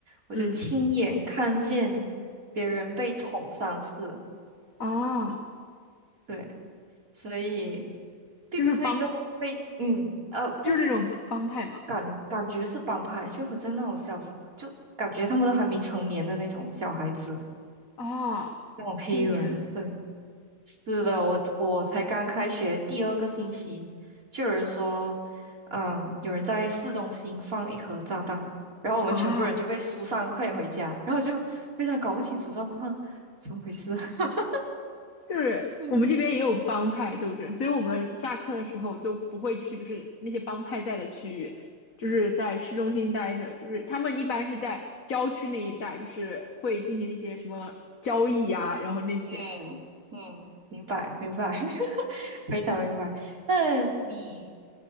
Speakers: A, on the right; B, on the left.
A: 我就亲眼看见别人被捅三次。
B: 嗯啊，
A: 对。所以并不是一个非嗯呃不
B: 就是帮就是那种帮派嘛。
A: 感感觉是帮派，就好像那种小，就感觉他们都还没成年的那种小孩子，
B: 啊，
A: 那种黑人。
B: 青年
A: 对，是的，我我才刚开学第二个星期，就有人说，嗯，有人在市中心放一颗炸弹，然后我们全部人就被疏散，
B: 啊，
A: 快点回家，然后就非常搞不清楚状况，怎么回事？<laughs>
B: 就是我们这边也有帮派斗争，
A: 嗯。
B: 所以我们下课的时候都不会去，就是那些帮派在的区域，就是在市中心待着，就是他们一般是在郊区那一带，就是会进行那些什么交易啊，然后那些。
A: 嗯嗯，明白明白，<laughs> 非常明白。那你